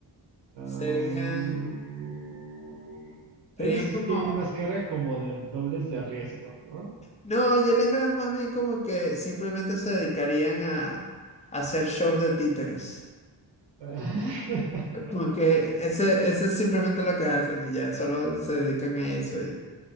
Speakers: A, on the right (about 75°); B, on the left (about 15°).
A: Am,
B: serían, serían
A: ellos sí
B: como,
A: tienen más cara como de dobles de riesgo, ¿no?
B: no, yo les veo más bien como que simplemente se dedicarían a, a hacer shows de títeres.
A: <laughs>
B: Como que ese, ese es simplemente lo que hacen y ya, solo se dedican a eso y...